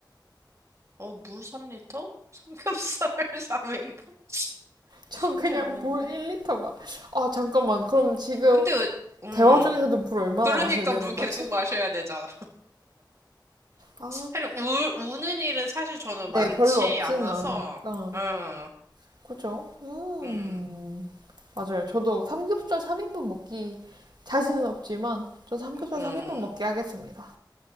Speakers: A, on the right (about 40°); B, on the right (about 60°).
A: 어, 물 3리터? 삼겹살 <laughs> 3인분?
B: 전
A: 쉽지
B: 그냥
A: 않은데.
B: 물 1리터 마, 아, 잠깐만. 그럼 지금
A: 근데, 왜- 음.
B: 대화 중에서도 물 얼마나
A: 그러니까
B: 마셔야 되는
A: 물 계속
B: 거지?
A: 마셔야 되잖아.
B: 아,
A: 사실 울, 우는 일은 사실 저는
B: 네,
A: 많지
B: 별로 없으는
A: 않아서,
B: 않으니까.
A: 응,
B: 그죠? 음.
A: 응,
B: 맞아요. 저도 삼겹살 3인분 먹기 자신은 없지만 저 삼겹살
A: 응.
B: 3인분 먹기 하겠습니다.